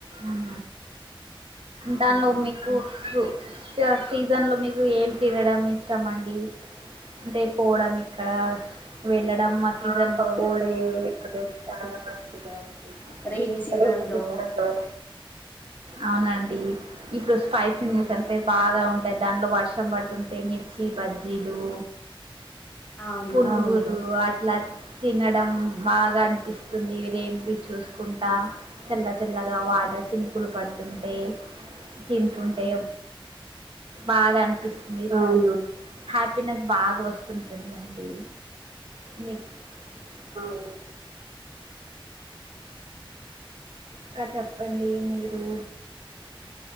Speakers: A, on the right; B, on the left.
A: ఆహా దానిలో
B: మ్మ్
A: మీకు ఫ్రూ సీజన్ లో మీకు ఏం తినడం ఇ ఇష్టం అండి అంటే పోవడం ఇక్కడ వెళ్ళడం ఆ సీజన్ లో పోడే అదే చాలా మంచిగా ఉంది.
B: రెైనీ సీజన్
A: రెండు
B: లో
A: తుంగ అంగావ అవునండి ఇప్పుడు స్పైసీ
B: మ్మ్
A: నేస్ అంటే బాగా ఉంట్ అంటే దాంట్లో వర్షం పడుతుంటే మిర్చి బజ్జీలు
B: అవును
A: పునుగులు అట్ అట్లా తినడం బాగా అనిపిస్తుంది. రేన్బి చూసుకుంటా చల్ల చల్ల కదా వాటర్ చినుకులు పడుతుంటే తింటుంటే బాగా అనిపిస్తుంది అవును. హ్యాపీనెస్ బాగా వస్తుంటుందండి మీక్ అవును ఇంకా చెప్పండి మీరు